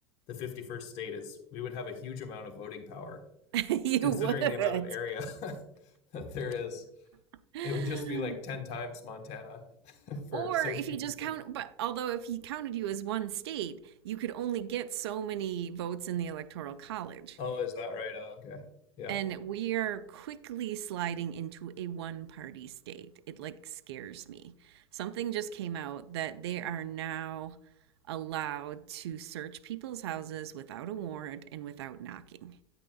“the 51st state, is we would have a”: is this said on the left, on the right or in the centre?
Left